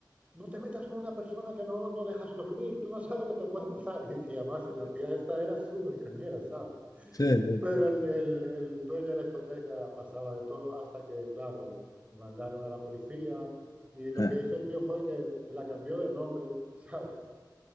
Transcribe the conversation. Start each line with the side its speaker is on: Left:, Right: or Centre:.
Right: no te metas con una persona que no, no dejas dormir, tú no sabes lo que te puede pasar. <laughs> Y, y además la tía esta era súper cañera, ¿sabes?
Left: sí, sí,
Right: Pero el, el- el dueño de la discoteca pasaba de todo hasta que, claro, mandaron a la policía y lo
Left: eh,
Right: que hizo el tío fue que la cambió de nombre, <laughs> ¿sabes?